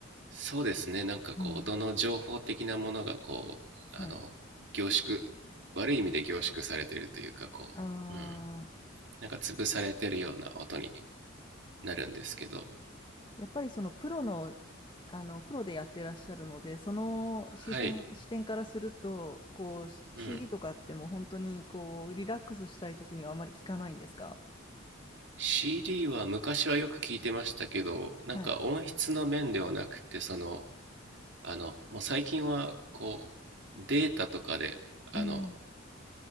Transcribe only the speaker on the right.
そうですね。なんかこう、
音の情報的なものがこう、
あの、凝縮、悪い意味で凝縮されてるというか、こう、
うん。なんか潰されてるような音になるんですけど、
はい。
うん。
CD は昔はよく聞いてましたけど、なんか音質の面ではなくて、
その、あの、もう最近は、こう、データとかで、
あの、